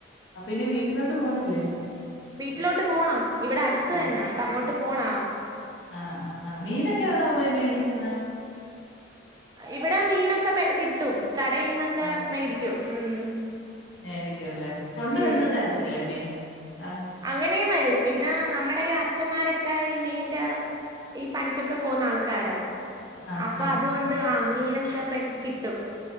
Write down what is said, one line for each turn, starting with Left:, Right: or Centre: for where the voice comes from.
Left: അപ്പൊ ഇനി വീട്ടിലോട്ട് പോന്നില്ലേ
Right: വീട്ടിലോട്ട് പോണം ഇവിടെ അടുത്ത്
Left: ആഹ്
Right: തന്ന അപ്പ അങ്ങോട്ട് പോണം
Left: ആഹ് ആഹ് ആഹ് മീനൊക്കെ എവിടാ പോയി മേടിക്കുന്നേ
Right: ഇവിടെ മീനൊക്കെ പെ കിട്ടും കടയിൽന്നൊക്കെ
Left: ആഹ്
Right: മേടിക്കും ഉം
Left: മേടിക്കും അല്ലേ കൊണ്ടുവന്ന്
Right: ഉം
Left: തരത്തില്ലേ മീൻ ആ
Right: അങ്ങനെയും വരും പിന്നെ നമ്മുടെ ഈ അച്ഛന്മാരൊക്കെ ഈ മീന്റ ഈ പണിക്കൊക്കെ പോകുന്ന ആൾക്കാരാ
Left: ആഹ്
Right: അപ്പൊ
Left: ആഹ്
Right: അതുകൊണ്ട് ആ മീനൊക്കെ പെട് കിട്ടും